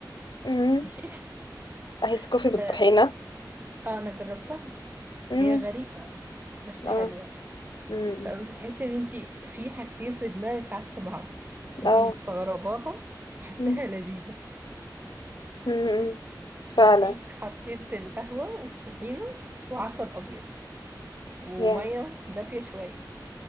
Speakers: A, on the left; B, on the right.
A: مم.
B: ماشي
A: ايس كوفي
B: <laughs>
A: بالطحينة
B: آه، آه، انا جربتها
A: مم.
B: هي غريبة بس حلوة
A: اه مم.
B: فاهمة فتحسي ان انتي في حاجتين في دماغك عكس بعض انتي
A: اه
B: مستغرباها حاساها
A: مم.
B: لذيذة
A: مم.
B: بصي
A: فعلا
B: حطيت القهوة والطحينة وعسل أبيض ومية
A: yeah.
B: دافية شوية